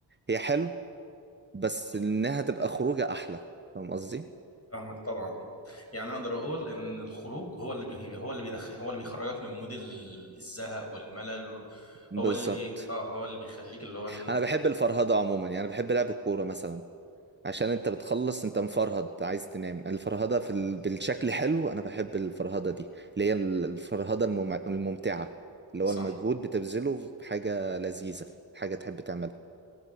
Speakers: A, on the right; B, on the left.
A: هي حلو بس
B: مم.
A: انها تبقى خروجة احلى فاهم قصدي
B: فاهمك طبعا يعني اقدر اقول ان الخروج هو اللي بي هو اللي بيدخل هو اللي بيخرجك من مود ال- الزهق والملل
A: بالظبط
B: هو اللي بي اه هو اللي بيخليك اللي هو إن-
A: انا بحب الفرهدة عموما يعني بحب لعب الكورة مثلا عشان انت بتخلص انت مفرهد عايز تنام الفرهدة في ال... بالشكل حلو انا بحب الفرهدة دي اللي هي ال- الفرهدة المم... الممتعة اللي
B: صح
A: هو المجهود بتبذله في حاجة لذيذة حاجة تحب تعملها